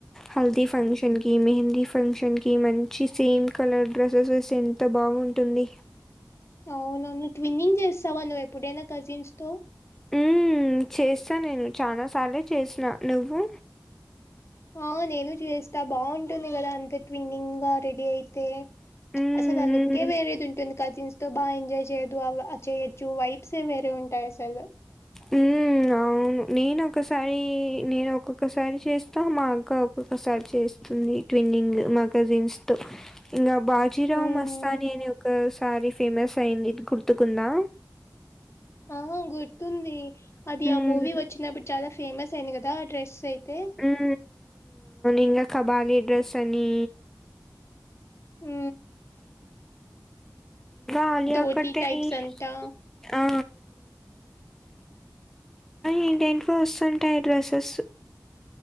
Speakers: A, in the centre; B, on the left (about 40°).
A: హల్దీ ఫం ఫంక్షన్ కి మెహేంది ఫంక్షన్ కి మంచి సేమ్ కలర్ డ్రెస్. డ్రెస్సెస్ ఎంత బాగుంటుంది‌
B: అవునన్ని ట్విన్నింగ్ చేస్తావా నువ్ ఎప్పుడైనా కజిన్స్ తో.
A: ఉ చేస్తా నేను చానా సార్లే చేసిన నువ్వు
B: ఆ నేను చేస్తా బాగుంటుంది కదా అంత ట్విన్నింగ్ గా రెడీ అయితే
A: మ్మ్
B: అసలు ఆ లుకే వేరేంటుంది కజిన్స్ తో బా ఎంజాయ్ చేదు అలా చేయొచ్చు వైబ్స్ వేరే ఉంటాయి అసలు
A: మ్మ్ అవును నేను ఒకసారి నేను ఒక్కొక్కసారి చేస్తా మా అక్క ఒక్కొక్కసారి చేస్తుం ది ట్వినింగ్ మా కజిన్స్ తో ఇంగా బాజీరావ్
B: హ్మ్.
A: మస్తాని అని ఒకసారి ఫేమస్ అయింది గుర్తుకుందా
B: <inaudible> ఆ గుర్తుంది అది
A: హ్మ్.
B: ఆ మూవీ వచ్చినప్పుడు చాలా ఫేమస్ అయింది కదా ఆ డ్రెస్ అయ్ తె
A: హ్మ్. ఇంగ కబాలి డ్రస్ అని
B: ఉ
A: ఆలియా
B: ధోటీ
A: కట్ట తెలీదు
B: టైప్స్ అంటా
A: ఆ ఏంటె ఏంటివో వస్తుంటాయి డ్రెస్సెస్